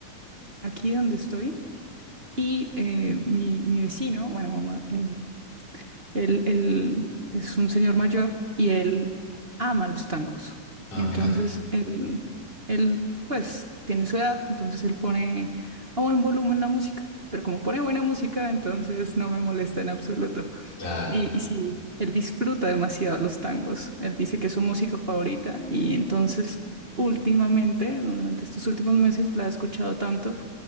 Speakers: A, on the right; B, on the left.
A: aquí donde estoy y eh, mi, mi vecino, bueno, ma- eh, Él, él es un señor mayor y él ama los tangos.
B: ah,
A: Y Entonces,
B: mirá,
A: él, él, pues, tiene su edad, entonces él pone a buen volumen la música. Pero como pone buena música, entonces no me molesta en absoluto.
B: claro.
A: Y, y sí, él disfruta demasiado los tangos. Él dice que es su música favorita y entonces... Últimamente, durante estos últimos meses, la he escuchado tanto